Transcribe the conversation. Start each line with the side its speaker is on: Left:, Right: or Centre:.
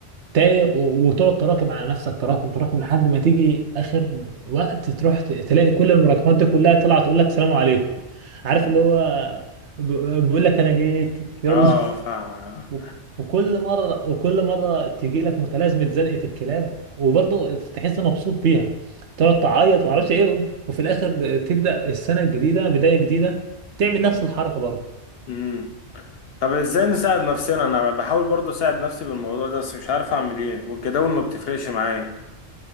Right: تايه و- وتقعد تراكم على نفسك تراكم تراكم لحد ما تيجي اخر وقت تروح ت- تلاقي كل المراكمات دي كلها طالعه تقول لك سلام عليكم عارف
Left: امم
Right: اللي هو ب- بيقول لك انا جيت يلا
Left: اه فاهمك اه
Right: وك- وكل مرة وكل مرة تيجي لك متلازمة زنقة الكلاب وبرضه تحس مبسوط بيها تقعد تعيط ومعرفش ايه وفي الآخر تبدأ السنة الجديدة بداية جديدة تعمل نفس الحركة برضه
Left: امم طب ازاي نساعد نفسنا انا بحاول برضه اساعد نفسي بالموضوع ده بس مش عارف اعمل ايه والجداول ما بتفرقش معايا